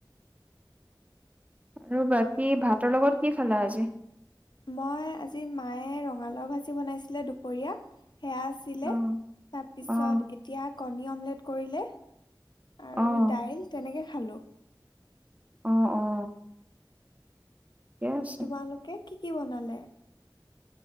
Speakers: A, on the right (about 15°); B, on the left (about 65°).
A: ৰবা, কি ভাতৰ লগত, কি খালা আজি?
B: মই আজি, মায়ে ৰঙালাওঁ ভাজি বনাইছিলে দুপৰীয়া সেয়া আছিলে,
A: অ',
B: তাৰপিছত
A: অ',
B: এতিয়া কণী অমলেট কৰিলে আৰু
A: অ',
B: দাইল তেনেকে খালো।
A: অ', অ'। ঠিকে আছে।
B: তোমালোকে, কি কি বনালে?